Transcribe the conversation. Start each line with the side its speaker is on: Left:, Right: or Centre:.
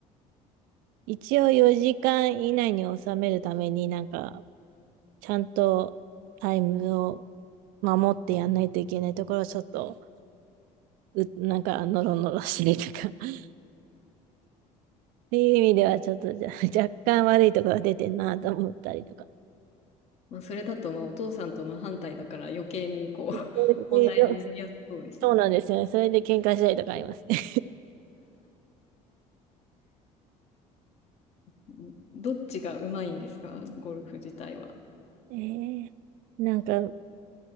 Right: 一応4時間以内に収めるためになんかちゃんとタイムを守ってやんないといけないところをちょっと、うなんか、ノロノロしてるとか、<laughs> っていう意味では、ちょっとじゃ若干悪いところが出てんなと思ったりとか。
Left: まあ、それだと、まあ、お父さんと真反対だから余計にこう <laughs>
Right: そういう
Left: 問題になりやすそうですね。
Right: そうなんですよね。それで喧嘩したりとかありますね。
Left: うんどっちがうまいんですかゴルフ自体は。
Right: <laughs> えー、なんか、